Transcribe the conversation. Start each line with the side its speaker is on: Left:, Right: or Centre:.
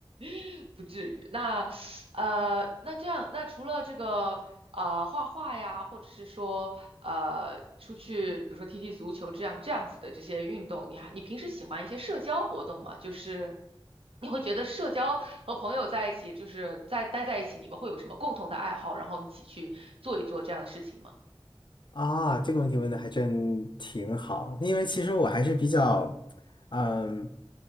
Right: <laughs> 不至于。那呃，那这样，那除了这个呃画画呀，或者是说呃出去，比如说踢踢足球这样这样子的这些运动，你还你平时喜欢一些社交活动吗？就是你会觉得社交和朋友在一起，就是在待在一起，你们会有什么共同的爱好，然后一起去做一做这样的事情吗？
Left: 啊，这个问题问的还真挺好，因为其实我还是比较，嗯，